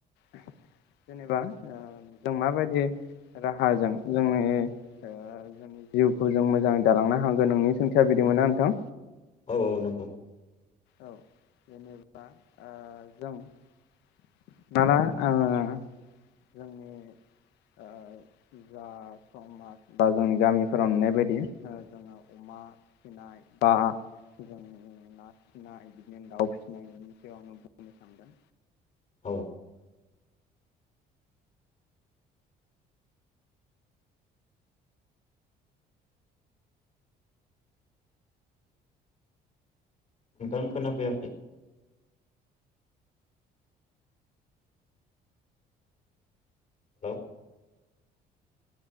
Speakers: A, on the left; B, on the left.
A: जेनेबा ओ जों माबायदि राहाजों जोंनि ओ जोंनि जिउखौ जों मोजांङै दालांनो हागोन नोंनि सोंथिया बिदिमोन नोंथां?
B: औ - औ नंगौ
A: औ जेनेबा ओ जों हमना ला आंङो जोंनि ओ जा समाज बा जोंनि गामिफोराव नुनाय बायदि ओ जोंङो अमा फिनाय बा जोंनि ना फिसिनाय बिदिनो दाउ फिसिनाय बेनि सायाव आंङो बुंनो सानदों।
B: औ नोंथां खोनाफैयाखै हेलौ